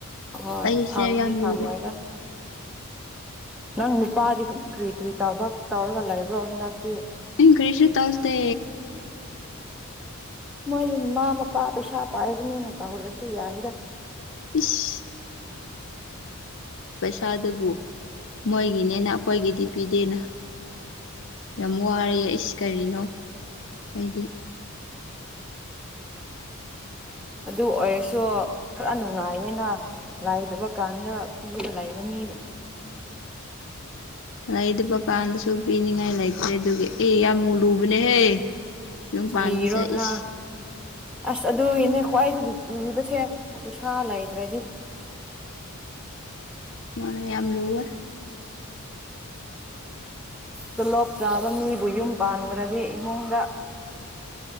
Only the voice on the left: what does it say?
ꯑꯩꯁꯦ
ꯌꯥꯝ
ꯂꯨꯔꯦ
ꯏꯪ ꯀꯔꯤꯁꯨ ꯇꯧꯗꯦ
ꯏꯁ ꯁꯥꯗꯕꯨ ꯃꯣꯏꯒꯤꯅꯦꯅ ꯑꯩꯈꯣꯏꯒꯤꯗꯤ ꯄꯤꯗꯦꯅ ꯌꯥꯝ ꯋꯥꯔꯌꯦ ꯑꯩꯁ ꯀꯔꯤꯅꯣ ꯍꯥꯏꯗꯤ
ꯂꯩꯗꯕ ꯀꯥꯟꯗꯁꯨ ꯄꯤꯅꯤꯡꯉꯥꯏ ꯂꯩꯇꯦ ꯑꯗꯨꯒꯤ ꯑꯦ ꯌꯥꯝ ꯃꯨ ꯂꯨꯕꯅꯦꯍꯦ ꯌꯨꯝ ꯄꯥꯟꯕꯁꯦ
ꯏꯁ
ꯃꯅ ꯌꯥꯝ ꯂꯨꯦ ꯍꯁꯄꯝꯃꯗꯦ